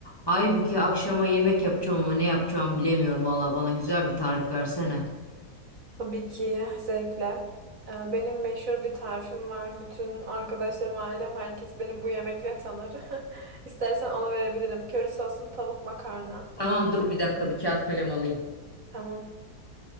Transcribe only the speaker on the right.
Tabii ki zevkle. Ee, Benim meşhur bir tarifim var. Bütün arkadaşlarım, ailem, herkes beni bu yemekle tanır. <laughs> İstersen onu verebilirim. Köri soslu tavuk makarna.
Tamam.